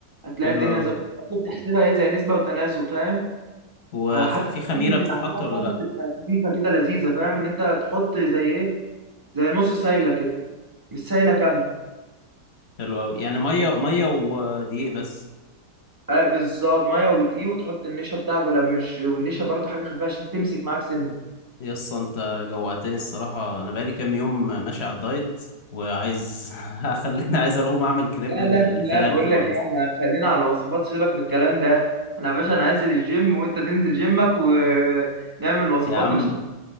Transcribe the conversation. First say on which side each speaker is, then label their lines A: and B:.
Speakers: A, on the right; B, on the left.
A: هتلاقي
B: حلو
A: الدنيا
B: أوي
A: زي بتحسبها ايه زي نسبه وتناسب فاهم
B: وفي
A: على حسب
B: خميرة
A: ان العجينه
B: بتتحط
A: بتاعتك
B: ولا لأ
A: تبقى خفيفه كده لذيذه فاهم ان انت تحط زي ايه زي نص سايله كده مش سايله كامله
B: حلو أوي يعني مية مية ودقيق بس
A: اه بالظبط ميه ودقيق وتحط النشا بتاعك ولا مش والنشا برضه حاجه خفيفه عشان تمسك معاك سن
B: يسا انت جوعتني الصراحة أنا بقالي كام يوم ماشي على الدايت وعايز <laughs> خلتني عايز أقوم أعمل كريب
A: لا
B: بالفراخ
A: لا لا بقول
B: دلوقتي
A: لك ايه احنا خلينا على الوصفات سيبك من الكلام ده انا يا باشا انا هنزل الجيم وانت تنزل جيمك ونعمل الوصفات
B: يا عم
A: ونشتغل